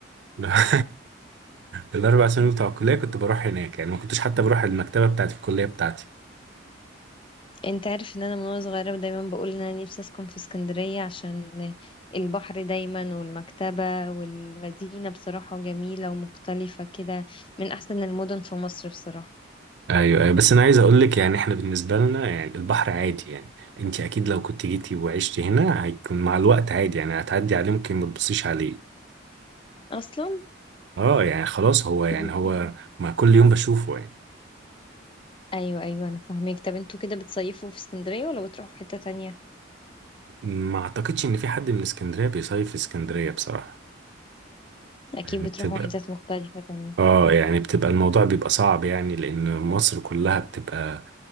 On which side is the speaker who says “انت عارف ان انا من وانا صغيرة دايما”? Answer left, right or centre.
Left